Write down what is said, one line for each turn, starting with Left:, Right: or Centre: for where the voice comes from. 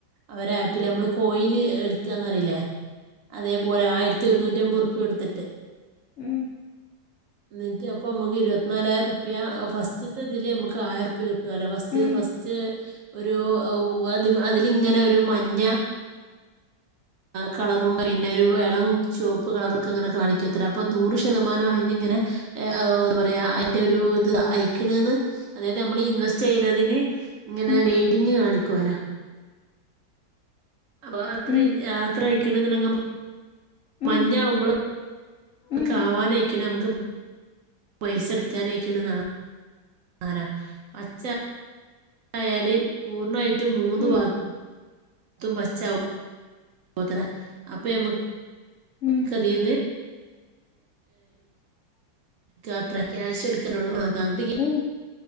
Right: അവരെ ആപ്പിൽ നമ്മള് കോയിന് എടുക്കാന്ന്റിയില്ലേ അതേപോലെ ആയിരത്തി ഒരുന്നൂറ്റി അമ്പത് ഉറപ്പ്യ എടുത്തിട്ട്
Left: മം
Right: എന്നിട്ട് അപ്പൊ നമുക്ക് ഇരുപത്തിനാലായിരം റുപ്യ ഫസ്റ്റ്ത്തെ ഇതില് നമുക്ക് ആയിരം രൂപ കിട്ടും കിട്ടു അല്ല ഫസ്റ്റ്
Left: ഉം
Right: ഫസ്റ്റ് ഒരു അതി അതിലിങ്ങനെ ഒരു മഞ്ഞ കളറും പിന്നെ ഒരു ഇളം ചുവപ്പ് കളറൊക്കെ ഇങ്ങനെ കാണിക്കത്തരാ അപ്പൊ നൂറ് ശതമാനംമായി ഇങ്ങനെ ആ എന്താ പറയാ അതിന്റെറെ ഒരു ഇത് അയക്കണന്ന് അതായത് നമ്മൾ ഇൻവെസ്റ്റ് ചെയ്തതിന് ഇങ്ങനെ
Left: ഉം
Right: ഗ്രേഡിങ് കാണിക്ക ക്കുവാല്ലോ അപ്പൊ അത്ര
Left: ഉം
Right: അത്ര അയിക്കണങ്ങ നമ്മ
Left: ഉം
Right: മഞ്ഞാവുമ്പള
Left: ഉം
Right: നമുക്ക് ആവാനായിക്ക് നമുക്ക് പൈസെടുക്കാനയിക്ക്ണ ആല പച്ച ആയല് പൂർണ്ണമായിട്ടും മൂന്ന
Left: ഉം
Right: പാദം ത്തും പച്ച ത്ര ഇപ്പം നമുക്കതിന്
Left: ഉം
Right: എത്ര ക്യാഷ് എടുക്കാനോടെങ്ക <unintelligible>
Left: ഉം